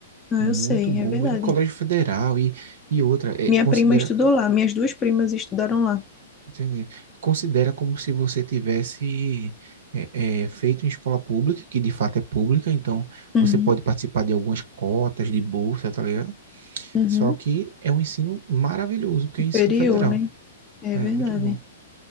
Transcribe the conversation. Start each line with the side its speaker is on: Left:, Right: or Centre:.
Left: Não,
Right: Muito
Left: eu sei,
Right: bom,
Left: é verdade.
Right: muito colégio federal e, e outra, é,
Left: Minha
Right: considera,
Left: prima estudou lá, minhas duas primas estudaram lá.
Right: Entendi. Considera como se você tivesse é, é, feito em escola pública, que de fato é pública, então
Left: Uhum,
Right: você pode participar de algumas cotas de bolsa, tá ligado?
Left: uhum.
Right: Só que é um ensino maravilhoso, porque
Left: Superior,
Right: é ensino federal.
Left: né? É
Right: É
Left: verdade.
Right: muito bom.